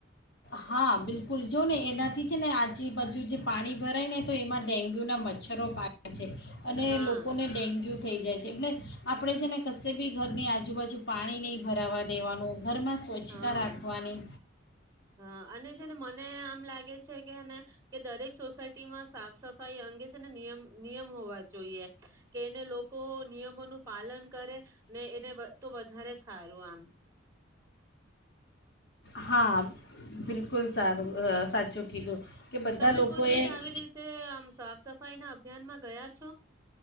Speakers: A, on the left; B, on the right.
A: હા બિલકુલ જો ને એનાથી છે, ને આજુ બાજુ જે પાણી ભરાય ને તો એમાં ડેન્ગ્યુ ના મચ્છરો પાડ છે અને
B: હા
A: લોકોને ડેન્ગ્યુ થઈ જાય. એટલે આપણે જે ને કશે બી ઘરની આજુબાજુ પાણી નહીં ભરાવા દેવાનું, ઘરમાં સ્વચ્છતા
B: હા
A: રાખવાની.
B: હા અને છેને મને મ લાગે છે, કેને કે દરેક સોસાયટીમાં સાફ સફાઈ અંગે છે, ને નિયમ નિયમ હોવા જોઈએ કે એને લોકો નિયમોનું પાલન કરે ને એને વ તો વધારે સારું આમ.
A: હા. બિલકુલ સારું
B: હમ્મ.
A: અ, સાચું કીધું કે બધા
B: તમે
A: લોકોએ
B: કોઈ દિવસ આવી રીતે આમ સાફ સફાઈ ના અભિયાનમાં ગયા? છ.